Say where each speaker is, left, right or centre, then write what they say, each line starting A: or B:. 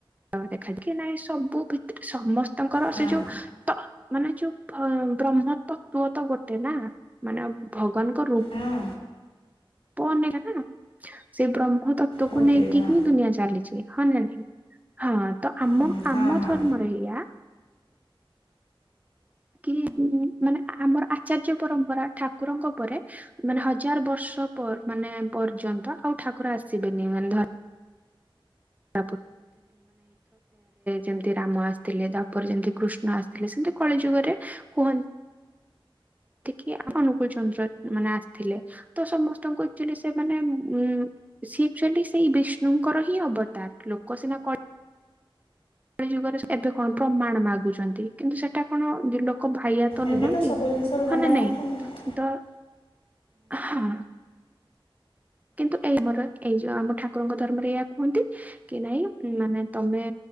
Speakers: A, on the right; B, on the left.
A: ତ ଦେଖା କି ନାଇଁ ସବୁ ଭିତରେ ସମସ୍ତଙ୍କର
B: ହଁ
A: ସେ ଯୋଉ ତ ମାନେ ଯୋଉ ବ୍ରହ୍ମ ତତ୍ଵ ତ ଗୋଟେ ନା ମାନେ ଭଗବାନଙ୍କ ରୂପ
B: ହଁ।
A: ପନରି ତ, ସେ ବ୍ରହ୍ମ ତତ୍ଵକୁ
B: ଗୋଟେ
A: ନେଇକି
B: ହଁ
A: ହିଁ ଦୁନିଆ ଚାଲିଛି, ହଁ ନା ନାଇଁ? ହଁ ତ ଆମ
B: ହୁଁ ହଁ
A: ଆମ
B: ହଁ
A: ଧର୍ମରେ ଏଇଆ କି ମାନେ ଆମର ଆଚାର୍ଯ୍ୟ ପରମ୍ପରା ଠାକୁରଙ୍କ ଉପରେ ମାନେ ହଜାର ବର୍ଷ ମାନେ ପର୍ଯ୍ୟନ୍ତ ଆଉ ଠାକୁର ଆସିବେନି ମାନେ ଧ <unintelligible> ଯେମିତି ରାମ ଆସିଥିଲେ ତାପରେ ଯେମିତି କୃଷ୍ଣ ଆସି ଥିଲେ ସେମିତି କଳି ଯୁଗରେ କୁହ ଟିକି ଅନୁକୂଳ ଚନ୍ଦ୍ର ମାନେ ଆସିଥିଲେ ତ ସମସ୍ତଙ୍କୁ ଆଚୁଲି ସେ ମାନେ ଉ ସିଏ ଆଚ୍ୟୁଆଲି ସେଇ ବିଷ୍ଣୁଙ୍କର ହିଁ ଅବତାର ଲୋକ ସେନା କ କଳି ଯୁଗରେ ଏବେ କଣ ପ୍ରମାଣ ମାଗୁଛନ୍ତି କିନ୍ତୁ ସେଟା କଣ ଲୋକ ଭାଇଆ ତ
B: ଏବେ
A: ନୁହନ୍ତି
B: ସବୁ ଜିନିଷର ଭ୍ରମଣ
A: ହଁ ନା ନାଇଁ
B: ହେଉଛନ୍ତି
A: ତ ହଁ। କିନ୍ତୁ ଏଇ ଆମର ଏଇ ଯୋଉ ଆମ ଠାକୁରଙ୍କ ଧର୍ମରେ ଏୟା କୁହନ୍ତି। କି ନାଇଁ ମାନେ ତମେ